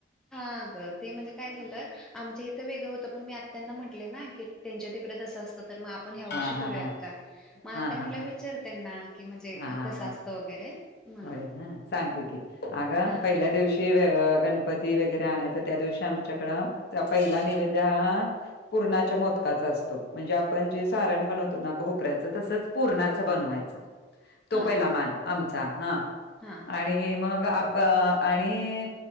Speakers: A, in the centre; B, on the left (about 55°).
A: हा ग ते म्हणजे काय झालं आमच्या इथं वेगळं होतं पण मी आ त्यांना म्हटले ना की त्यांच्या तिकडडेच असं असतं तर मग आपण ह्या वर्षी
B: हा हा
A: करूयात
B: हा
A: का? मग आता
B: हा
A: म्हटलं
B: हा हा
A: विचार त्यांना की
B: हा
A: कसा असतं म्हणजे वगैरे म्हणून
B: होय ना सांगते की अग
A: हा
B: पहिल्या दिवशी गणपती वगैरे आणायच त्या दिवशी आमच्याकडं पहिला नैवेद हा पूर्णाच्या
A: हम्म
B: मोदकाचा असतो म्हणजे आपण जे सारण बनवतो ना घोबऱ्याचं तसंच पुरणाचं बनवायचं तो
A: हा
B: पहिला
A: का
B: मान आमचा हा
A: हा
B: आणि मग आणि